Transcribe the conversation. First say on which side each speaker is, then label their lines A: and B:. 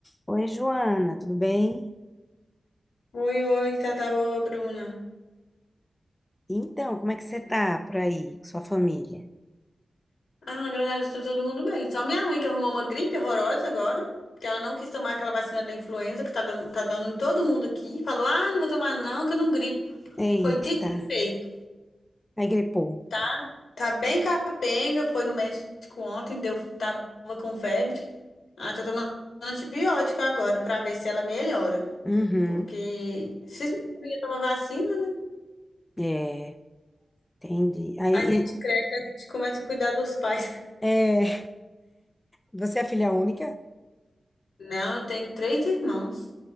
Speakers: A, on the left; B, on the left.
A: Oi, Joana, tudo bem?
B: Oi, oi, tá, tá boa, Bruna.
A: Então, como é que você tá por aí, com sua família?
B: Ah, na verdade, tá todo mundo bem. Só minha mãe que arrumou uma gripe horrorosa agora, que ela não quis tomar aquela vacina da influenza que tá dando, tá dando em todo mundo aqui. Falou, ah, não vou tomar não, que eu não gripo.
A: Eita,
B: Foi dito e feito,
A: aí gripou.
B: tá? Tá bem capenga, foi no médico ontem, deu, tava com febre. Ela tá tomando antibiótico agora pra ver se ela melhora.
A: Uhum,
B: Porque se não ia tomar vacina, né?
A: é, entendi. Aí,
B: A gente
A: e-
B: cresce, a gente começa a cuidar dos pais. <laughs>
A: é, você é filha única?
B: Não, eu tenho três irmãos.